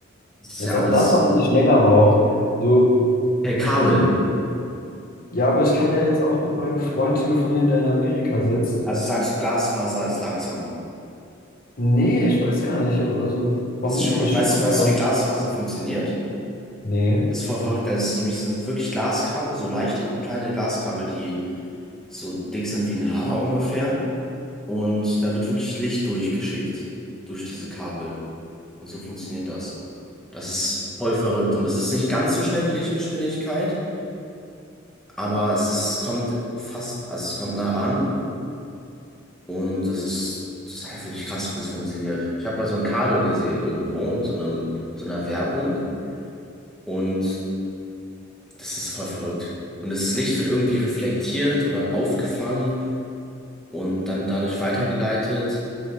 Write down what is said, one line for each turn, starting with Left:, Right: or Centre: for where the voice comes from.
Centre: Das ist
Left: Als
Centre: ja
Left: ob
Centre: alles
Left: das aber nicht länger braucht. So,
Centre: per Kabel.
Left: also, ja, aber ich kann ja jetzt auch mit meinem Freund telefonieren, der in Amerika sitzt.
Centre: Also sagst du, Glasfaser ist langsam.
Left: Nee, ich weiß gar nicht. Also, vermutlich
Centre: Hast du schon mal, weißt,
Left: schon,
Centre: weißt
Left: aber.
Centre: du, wie Glasfaser funktioniert?
Left: Nee.
Centre: Das ist voll verrückt. Das ist nämlich, das sind wirklich Glaskabel, so leichte kleine Glaskabel, die so dick sind wie ein Haar ungefähr. Und da wird wirklich Licht durchgeschickt durch diese Kabel. Und so funktioniert das. Das ist voll verrückt. Und das ist nicht ganz so schnell wie Lichtgeschwindigkeit. Aber es ist, kommt fast, also es kommt nah ran und das ist, das ist halt wirklich krass, wie das funktioniert. Ich habe mal so ein Kabel gesehen irgendwo in so einem, in so einer Werbung und das ist voll verrückt. Und das Licht wird irgendwie reflektiert und dann aufgefangen und dann dadurch weitergeleitet